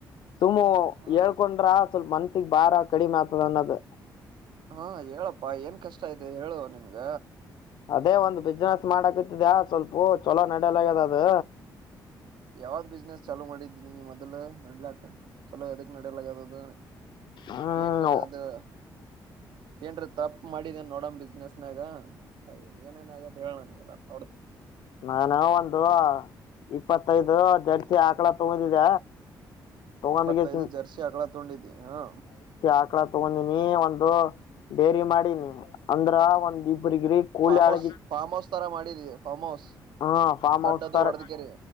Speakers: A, on the left; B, on the right.
A: ಸುಮ್ಮು
B: ಹಾ
A: ಹೇಳ್ಕೊಂಡ್ರ ಸ್ವಲ್ಪ ಮನ್ಸಿಗ್ ಬಾರ ಕಡಿಮೆ ಆಗ್ತದ ಅನ್ನೋದು
B: ಹಾ ಹೇಳಪ್ಪಾ ಏನ್ ಕಷ್ಟ ಇದೆ ಹೇಳುವ ನಿನ್ಗ
A: ಅದೇ ಒಂದ್ ಬಿಸ್ಿನನೆಸ್ ಮಾಡಾಕತಿದ್ಯಾ ಸ್ವಲ್ಪ ಚಲೋ ನಡಲಾಗ್ಯದ ಅದು
B: ಯಾವ್ದ್ ಬಿಸ್ನೆಸ್ ಚಾಲೂ ಮಾಡಿದ್ದೀನಿ ನೀವು್ ಮದಲ ನಡ್ಲಕ್ ಚಲೋ ಯದಕ್ ನಡಲ ಯಾವ್ದದು
A: ಹ್ಮ್
B: ಏನ್ ಅದು ಏನ್ರ ತಪ್ಪ ಮಾಡಿದೇನ್ ನೋಡಣ ಬಿಸ್ನೆಸ್ನಾಗ ಏನೇನ ಆಗದ ಹೇಳಣ ನೋಡತನಿ
A: ನಾನು ಒಂದು ಇಪ್ಪತ್ತೈದು ಜಡ್ಸಿ ಆಕಳ ತುಗುದಿದ ತಗೊಂಡ
B: ಇಪ್ಪತ್ತೈದು
A: ಜಸ
B: ಜರ್ಸಿ ಆಕಳ ತೊಂಡಿದ್ದಿ ಹಾ
A: ಆಕಳ ತಗೊಂಡಿನಿ ಒಂದು ಬಡೇರಿ ಮಾಡಿನಿ ಅಂದ್ರ ಒಂದಿ ಒಬರಿಗರಿಿ ಕೂಳಿ
B: ಫಾರ್ಮ್
A: ಹಳಗಿ
B: ಹೌಸ್ ಫಾರ್ಮ್ ಹೌಸ್ ತರ ಮಾಡಿದಿ ಫಾರ್ಮ್ ಹೌಸ್
A: ಹಾ ಫಾರ್ಮ್
B: ಸಣ್ಣದು
A: ಹೌಸ್ತಾರೆ
B: ಹೊಡದಗೆರೆ